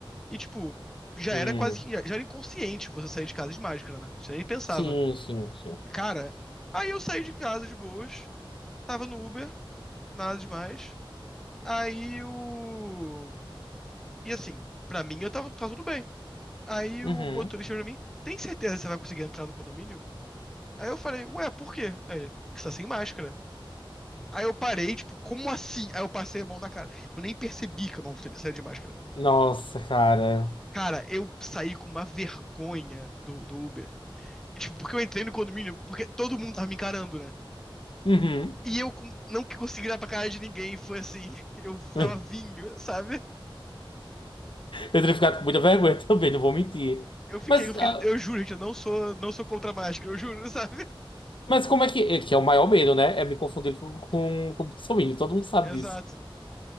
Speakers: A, in the centre; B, on the left.
A: E, tipo, já
B: Hum.
A: era quase que. Já era inconsciente você sair de casa de máscara, né? Você nem pensava.
B: Sim, sim, sim.
A: Cara, aí eu saí de casa de boas, tava no Uber, nada demais. Aí o. E assim, pra mim eu tava, tava tudo bem. Aí
B: Uhum.
A: o motorista falou pra mim: Tem certeza que você vai conseguir entrar no condomínio? Aí eu falei: Ué, por quê? Aí ele: Que você tá sem máscara. Aí eu parei, tipo, como assim? Aí eu passei a mão na cara. Eu nem percebi que eu não saí de máscara.
B: Nossa, cara.
A: Cara, eu saí com uma vergonha do, do Uber. E, tipo, porque eu entrei no condomínio, porque todo mundo tava me encarando, né?
B: Uhum.
A: E eu com- não consegui olhar pra cara de ninguém, foi assim, <laughs> eu tava
B: <laughs>
A: vinho, sabe?
B: Eu teria ficado com muita vergonha <laughs> também, não vou mentir.
A: Eu fiquei,
B: Mas.
A: eu fiquei,
B: ah,
A: eu juro, gente, eu não sou, não sou contra a máscara, eu juro, <laughs> sabe?
B: Mas como é que. é, Que é o maior medo, né? É me confundir com, com, com o bolsominion, todo mundo sabe
A: Exato.
B: disso.